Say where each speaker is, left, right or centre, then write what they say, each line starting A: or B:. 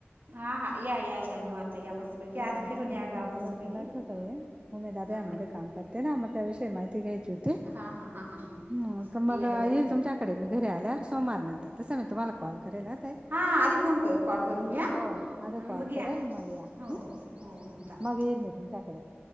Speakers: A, on the right (about 50°); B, on the right (about 25°).
A: हा हा या या या
B: हा
A: निवांत
B: हा
A: या
B: हा,
A: मस्तपैकी
B: थोड
A: आधी फिरून
B: डॉक्युमेंट
A: या गाव
B: बद्दलच
A: मस्तपैकी
B: बोलायचं होत. हे उमेदा अभियानमध्ये
A: हम्म.
B: काम करते ना, म त्याविषयी माहिती घ्यायची होती.
A: हां हां हां हां
B: म, त मग
A: या या
B: येईल तुमच्याकडे मी घरी आल्यावर, सोमवार नंतर तसं मी तुम्हाला कॉल करेल ह तय,
A: हां आधी फोन कर कॉल करून घ्या
B: हो. आधी
A: आणि
B: कॉल
A: मग या
B: करा न मग या.
A: हो
B: हं.
A: हो हो हो चालेल
B: मग येईल मी तुमच्याकडे